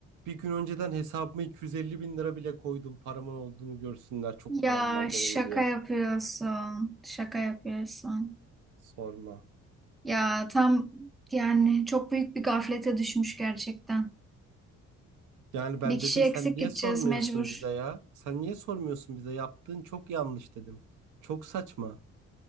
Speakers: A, on the right; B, in the centre.
A: bir gün önceden hesabıma 250 bin lira bile koydum. Paramın olduğunu görsünler. Çok
B: Ya
A: param var
B: şaka
A: benim diye.
B: yapıyorsun. Şaka yapıyorsun.
A: Sorma.
B: Ya tam yani çok büyük bir gaflete düşmüş gerçekten.
A: Yani ben
B: Bir kişi
A: dedim sen
B: eksik
A: niye
B: gideceğiz
A: sormuyorsun
B: mecbur.
A: bize ya? Sen niye sormuyorsun bize? Yaptığın çok yanlış dedim. Çok saçma.